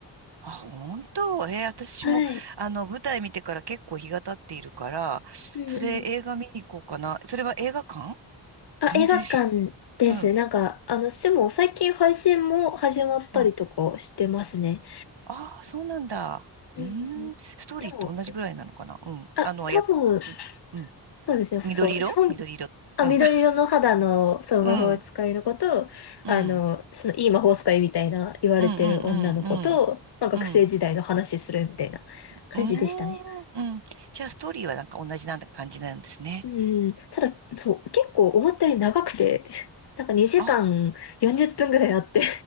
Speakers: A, on the right; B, on the left.
A: あ、本当。へ私も、
B: はい。
A: あの、舞台見てから結構日が経っているから、
B: うん
A: それ映画見に行こうかな。それは映画館 <laughs>
B: あ、
A: 全然し、
B: 映画館ですね。
A: うん、
B: なんか、あの、でも最近配信も始まったりとかしてますね。
A: うん。ああ、そうなんだ。
B: うんうんうんでも、
A: うーん。ストーリーと同じぐらいなのかな。うん。
B: あ、
A: あの、
B: 多分、
A: やっ、うん。うん
B: そうですね。そう、
A: 緑色緑色。
B: 私本、あ、
A: うん。
B: 緑色の肌の、
A: <laughs>
B: そう、
A: うん。
B: 魔法使いの子と、
A: うん。
B: あの、その、いい魔法使いみたいな言われてる女の子と、
A: うん。うん。うん。うん。
B: まあ、学生時代の話するみたいな感じでしたね。
A: うん。うーんうんじゃあ、ストーリーはなんか同じなんだ感じなんですね。
B: うん、ただ、そう、結構思ったより長くて、<laughs> なんか2時間40分ぐらいあって、
A: あ、